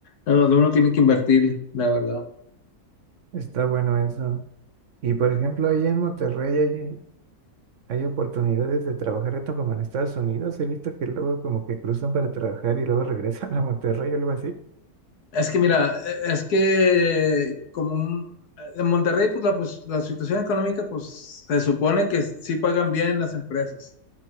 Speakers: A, on the left (about 80°); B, on the right (about 60°).
A: donde uno tiene que invertir, la verdad.
B: está bueno eso. Y por ejemplo, ahí en Monterrey hay, hay oportunidades de trabajar tanto como en Estados Unidos. He visto que luego como que cruzan para trabajar y luego <laughs> regresan a Monterrey o algo así.
A: Es que mira, e- es que como un- en Monterrey, pues la, pues la situación económica, pues se supone que sí pagan bien las empresas,